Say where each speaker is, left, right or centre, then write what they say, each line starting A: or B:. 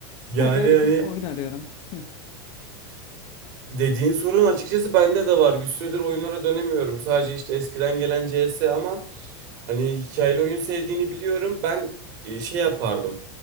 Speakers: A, on the right (about 50°); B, on the left (about 40°).
A: Yani
B: Evet öyle
A: hani
B: bir oyun arıyorum. Hı.
A: dediğin sorun açıkçası bende de var. Bir süredir oyunlara dönemiyorum. Sadece işte eskiden gelen C CS ama Hani hikayeli oyun sevdiğini biliyorum. Ben e, şey yapardım.